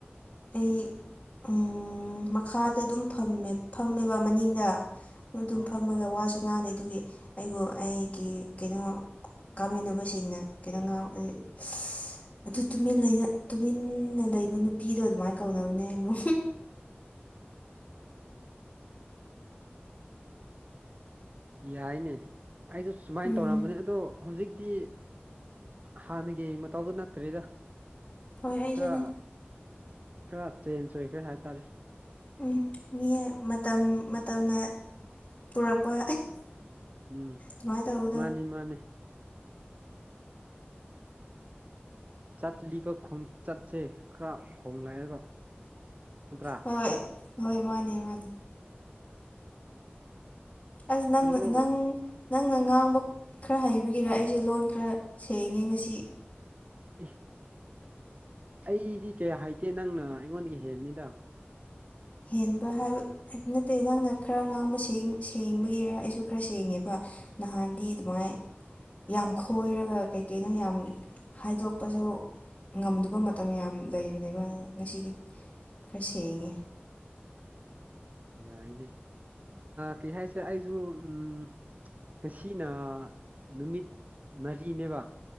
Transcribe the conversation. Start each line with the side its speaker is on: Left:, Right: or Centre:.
Left: ꯑꯩ ꯎꯝ ꯃꯈꯥꯗ ꯑꯗꯨꯝꯃꯦ ꯐꯝꯃꯦꯕ ꯃꯅꯤꯡꯗ ꯑꯗꯨꯝ
Right: ꯑꯣ
Left: ꯐꯝꯃꯒ ꯋꯥꯁꯨ ꯉꯥꯡꯗꯦ ꯑꯗꯨꯒꯤ ꯑꯩꯕꯨ ꯑꯩꯒꯤ ꯀꯩꯅꯣ ꯀꯥꯃꯤꯟꯅꯕꯁꯤꯡꯅ ꯀꯩꯅꯣ ꯉ ꯁ ꯑꯗꯨ ꯇꯨ ꯂꯩꯅ ꯇꯨꯃꯤꯟꯅ ꯂꯩꯕ ꯅꯨꯄꯤꯗꯣ ꯑꯗꯨꯃꯥꯏꯅ ꯀꯧꯅꯕꯅꯦ ꯑꯩꯕꯨ
Right: ꯌꯥꯏꯅꯦ ꯑꯩꯗꯣ ꯁꯨꯃꯥꯏꯅ
Left: ꯎꯝ
Right: ꯇꯧꯔꯝꯕꯅꯦ ꯑꯗꯣ ꯍꯧꯖꯤꯛꯇꯤ ꯍꯥꯟꯅꯒꯤ ꯃꯇꯥꯎꯗ ꯅꯠꯇ꯭ꯔꯔꯤꯗ
Left: ꯍꯣꯏ ꯑꯩꯁꯨꯅꯦ
Right: ꯈꯔ ꯈꯔ ꯆꯦꯟꯖ ꯑꯣꯏꯈ꯭ꯔꯦ ꯍꯥꯏ ꯇꯥꯔꯦ
Left: ꯎꯝ ꯃꯤ ꯃꯇꯝ ꯃꯇꯝꯅ ꯄꯨꯔꯛꯄ
Right: ꯎꯝ
Left: ꯑꯗꯨꯃꯥꯏꯅ ꯇꯧꯕꯗꯣ
Right: ꯃꯥꯅꯤ ꯃꯥꯅꯦ ꯆꯠꯂꯤꯕ ꯈꯣꯡꯆꯠꯁꯦ ꯈꯔ ꯍꯣꯡꯂꯛꯑꯦꯕ ꯅꯠꯇ꯭ꯔꯥ
Left: ꯍꯣꯏ ꯍꯣꯏ ꯃꯥꯅꯦ ꯃꯥꯅꯦ ꯑꯁ ꯅꯪ
Right: ꯑꯗꯣ
Left: ꯅꯪ ꯅꯪꯅ ꯉꯥꯡꯕ ꯈꯔ ꯍꯩꯕꯒꯤꯔ ꯑꯩꯁꯦ ꯂꯣꯟ ꯈꯔ ꯁꯦꯡꯉꯦ ꯉꯁꯤ
Right: ꯎ ꯑꯩꯗꯤ ꯀꯌꯥ ꯍꯥꯏꯇꯦ ꯅꯪꯅ ꯑꯩꯉꯣꯟꯗꯒꯤ ꯍꯦꯜꯅꯤꯗ
Left: ꯍꯦꯟꯕ ꯍꯥꯏꯕ ꯅꯠꯇꯦ ꯅꯪꯅ ꯈꯔ ꯉꯥꯡꯕ ꯁꯦꯡ ꯁꯦꯡꯕꯒꯤꯔ ꯑꯩꯁꯨ ꯈꯔ ꯁꯦꯡꯉꯦꯕ ꯅꯍꯥꯟꯗꯤ ꯑꯗꯨꯃꯥꯏ ꯌꯥꯝ ꯈꯣꯏꯔꯒ ꯀꯩ ꯀꯩꯅꯣ ꯌꯥꯝ ꯍꯥꯏꯗꯣꯛꯄꯁꯨ ꯉꯝꯗꯕ ꯃꯇꯝ ꯌꯥꯝ ꯂꯩꯕꯅꯦꯕ ꯉꯁꯤꯗꯤ ꯈꯔ ꯁꯦꯡꯉꯦ
Right: ꯑꯣ ꯌꯥꯏꯅꯦ ꯀꯩ ꯍꯥꯏꯁꯦ ꯑꯩꯁꯨ ꯎꯝ ꯉꯁꯤꯅ ꯅꯨꯃꯤꯠ ꯃꯔꯤꯅꯦꯕ